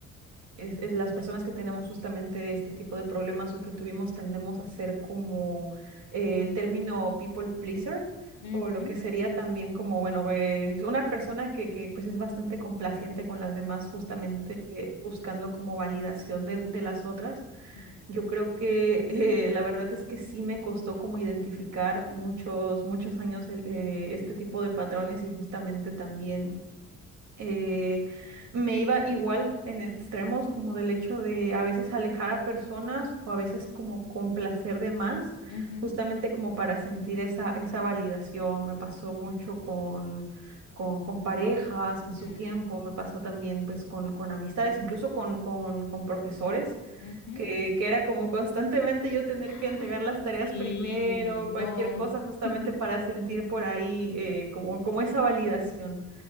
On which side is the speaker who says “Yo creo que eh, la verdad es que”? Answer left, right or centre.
Right